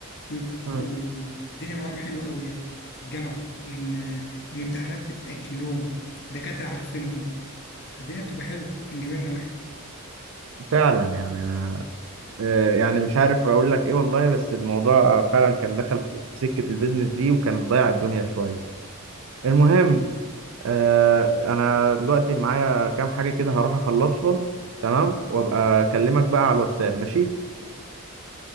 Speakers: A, on the left; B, on the right.
A: بيبقوا
B: مم.
A: الدنيا معاهم حلوه قوي يعني في الجامعه من آه، من امتحانات بتتاجل لهم دكاتره عارفينهم فالدنيا بتبقى حلوه من جميع النواحي
B: فعلا يعني أنا آه، يعني مش عارف اقول لك ايه والله بس الموضوع آه، فعلا كان دخل في في سكة البيزنس دي وكان ضيع الدنيا شوية المهم آه، انا دلوقتي معايا كام حاجة كده هروح اخلصهم تمام وابقى اكلمك بقى على الواتساب ماشي